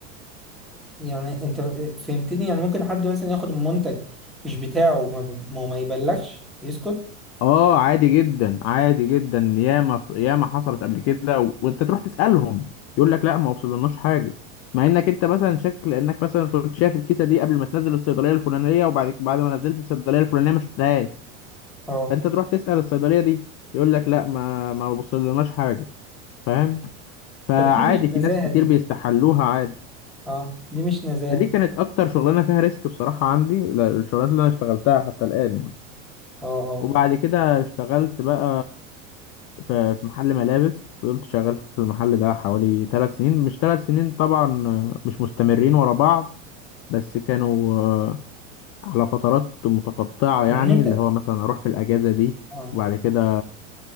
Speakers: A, in the centre; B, on the left.
A: يعني انت فهمتني يعني ممكن حد مثلا ياخد المنتج مش بتاعه وما ب- ما, ما يبلغش يسكت
B: اه عادي جدا عادي جدا ياما ياما حصلت قبل كده و... وانت تروح تسالهم يقول لك لا ما وصلناش حاجه مع انك انت مثلا شكل انك مثلا كنت شايف الكيسه دي قبل ما تنزل الصيدليه الفلانيه وبعد بعد ما نزلت الصيدليه الفلانيه ما شفتهاش
A: اه
B: فانت تروح تسال الصيدليه دي يقول لك لا ما ما وصلناش حاجه فاهم فعادي
A: طب دي مش
B: في
A: نزاهة
B: ناس كتير
A: دي
B: بيستحلوها عادي
A: اه دي مش نزاهة
B: دي كانت اكتر شغلانه فيها ريسك بصراحه عندي لا، الشغلانات اللي انا اشتغلتها حتى الان يعني
A: اه اه
B: وبعد كده اشتغلت بقى في في محل ملابس فضلت شغال في المحل ده حوالي ثلاث سنين مش ثلاث سنين طبعا مش مستمرين ورا بعض بس كانوا آه، على فترات متقطعة يعني
A: يعني انت
B: اللي هو مثلا أروح في الأجازة دي
A: اه
B: وبعد كده